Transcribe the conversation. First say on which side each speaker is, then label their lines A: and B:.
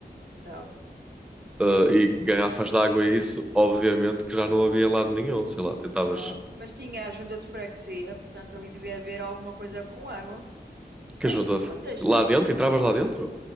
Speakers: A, on the right (about 70°); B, in the centre.
A: Não.
B: Uh, e garrafas de água e isso, obviamente que já não havia em lado nenhum. Sei lá, tentavas.
A: Não, mas tinha a junta de freguesia, portanto ali devia haver alguma coisa com água. Que tal?
B: Que ajuda?
A: Ou seja,
B: Lá dentro? Entravas lá dentro?